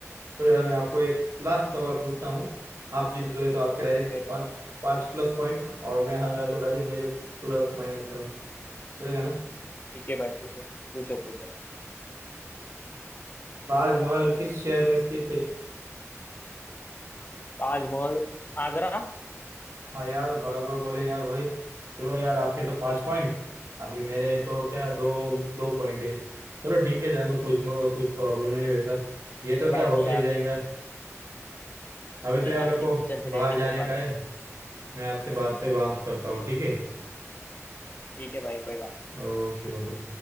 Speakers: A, on the right (about 70°); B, on the left (about 35°).
A: तो यार मैं आपको एक लास्ट सवाल पूछता हूँ आप जीत गए तो आपके डायरेक्ट
B: चलो,
A: पाँच पाँच प्लस पॉइंट और मैं हार गया तो डायरेक्ट मेरे प्लस माइनस पॉइंट रहेगा ना
B: ठीक है भाई पूछो पूछो पूछो
A: ताजमहल किस शहर में स्थित है
B: ताजमहल आगरा
A: हाँ यार बराबर बोले यार भाई चलो यार आपके तो पांच पॉइंट अभी मेरे तो क्या दो दो पॉइंट है चलो ठीक है जान दो कुछ कुछ प्रॉब्लम नहीं वैसा ये
B: कोई
A: तो क्या
B: बात
A: होते
B: नहीं यार
A: ही जाएगा अभी
B: वो
A: तो
B: ये
A: यार
B: हार
A: मेरे को
B: जीत तो चलती
A: बाहर
B: रहती
A: जाने
B: कोई बात
A: का है
B: नहीं
A: मैं आपसे बात पे बात करता
B: ठीक
A: हूँ ठीक है
B: ठीक है भाई कोई बात
A: Okay okay